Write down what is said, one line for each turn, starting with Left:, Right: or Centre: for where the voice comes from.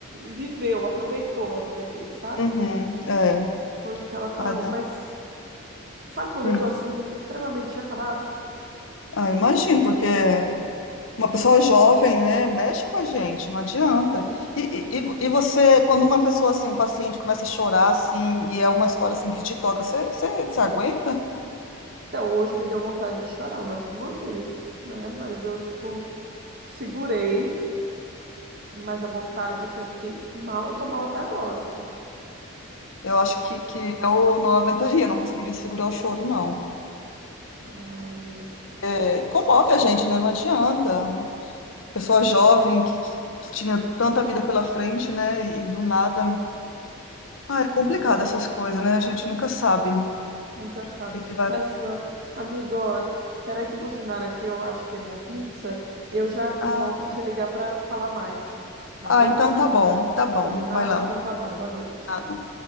Right: viveu, aproveitou a vida dele, sabe?
Left: Uhum, é.
Right: Foi o que ela falou.
Left: Ah, dá-
Right: Mas sabe quando
Left: hum.
Right: eu tô assim, extremamente acabada?
Left: Ah, imagino, porque uma pessoa jovem, né, mexe com a gente, não adianta. E, e, e e você, quando uma pessoa, assim, um paciente começa a chorar, assim, e é uma história, assim, que te toca, você, você, você aguenta?
Right: Então, hoje me deu vontade de chorar umas duas vezes, né? Mas eu, tipo, segurei, mas a vontade, assim, eu fiquei mal, eu tô mal até agora, assim.
Left: Eu acho
Right: Que-
Left: que, que eu não aguentaria, não conseguiria segurar o choro, não.
Right: Ai, meu
Left: É, comove a gente, né? Não adianta. A pessoa jovem que, que, que tinha tanta vida pela frente, né? E, do nada. Ah, é complicado
Right: Deus.
Left: essas coisas, né? A gente nunca sabe o
Right: Nunca sabe.
Left: que, que vai.
Right: Mas, ó, amiga, ó, peraí que buzinaram aqui, eu acho que é minha pizza. Eu já volto
Left: Ah,
Right: a te ligar para falar mais, tá
Left: ah,
Right: bom?
Left: então tá bom, tá bom.
Right: Combinado?
Left: Vai lá.
Right: Então tá bom, boa noite.
Left: Ah, boa